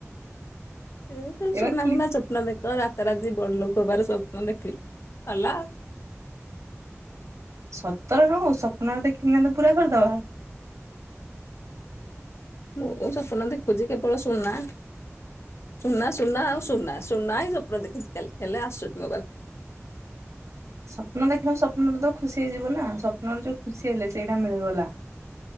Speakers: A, on the left; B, on the right.
A: ଏ ସବୁ
B: ଏବା
A: ସୁନା
B: ଖାଲି
A: ମୁୁନା ସ୍ୱପ୍ନ ଦେଖ ରାତାରାତି ବଡ଼ ଲୋକ ହବାର ସ୍ୱପ୍ନ ଦେଖିଲେ ହେଲା।
B: ସତରେ ନ ହୋଉ ସପ୍ନରେ ଦେଖିଲି ନା ତ ପୁରା କରିଦବ।
A: ମୁଁ ସପନ ଦେଖୁଛି କେବଳ ସୁନା। ସୁନା ସୁନା ଆଉ ସୁନା ସୁନା ହିଁ ସ୍ବପ୍ନ ଦେଖୁଛି ଖାଲି ହେଲେ ଆସୁନି ମୋ ପା
B: ସ୍ୱପ୍ନ ଦେଖିଲେ ସ୍ୱପ୍ନରେ ତ ଖୁସି ହେଇଯିବ ନା ସ୍ୱପ୍ନରେ ଯୋଉ ଖୁସି ହେଲେ ସେଇଟା ମିଳିଗଲା।